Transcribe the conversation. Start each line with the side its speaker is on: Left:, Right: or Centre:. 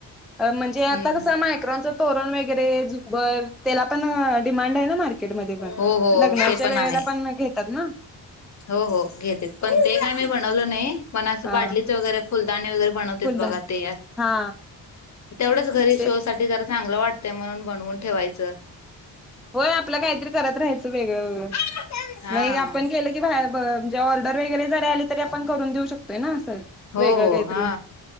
Centre: हा म्हणजे आता
Left: हम्म
Centre: कसं मायक्रोनचं तोरण वगैरे, झुंबर, त्याला पण डिमांड आहे ना मार्केटमध्ये पण.
Left: हो हो
Centre: लग्नाच्या
Left: ते
Centre: वेळेला
Left: आहे.
Centre: पण घेतात ना.
Left: हो हो घेत्यात. पण ते काय मी बनवलं नाही. पण
Centre: हा
Left: असं बाटलीचं वगैरे फुलदाणे वगैरे बनवते
Centre: फुलदान
Left: बघा ते
Centre: हा
Left: तेवढंच घरी
Centre: ते
Left: शो साठी जरा चांगलं वाटतंय म्हणून बनवून ठेवायचं.
Centre: होय आपल काहीतरी करत राहायचं वेगळं वेगळं.
Left: हा
Centre: मगं आपण केलं की, की बाहेर ब म्हणजे ऑर्डर वैगैरे जरी आली तरी आपण करून देऊ शकतोय ना असं.
Left: हो
Centre: वेगळं
Left: हो
Centre: काहीतरी
Left: हा